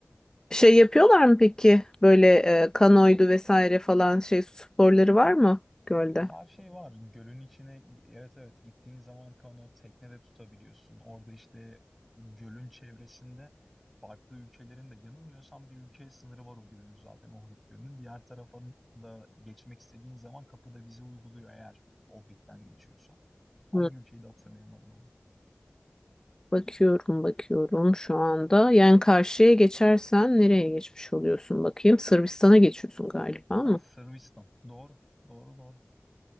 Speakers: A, on the left; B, in the centre.
A: Şey yapıyorlar mı peki? Böyle e, kanoydu vesaire falan şey sporları var mı gölde?
B: Her şey var. Gölün içine evet evet gittiğin zaman kanot teknede tutabiliyorsun. Orada işte gölün çevresinde farklı ülkelerin de yanılmıyorsam bir ülkeye sınırı var o gölün zaten Ohrid Gölü'nün. Diğer tarafa da geçmek istediğin zaman kapıda vize uyguluyor eğer Ohrid'den geçiyorsan. Hangi
A: Hı.
B: ülkeyi de hatırlayamadım ama.
A: Bakıyorum bakıyorum şu anda. Yani karşıya geçersen nereye geçmiş oluyorsun bakayım. Sırbistan'a geçiyorsun galiba
B: Ha
A: mı?
B: Sırbistan. Doğru. Doğru doğru.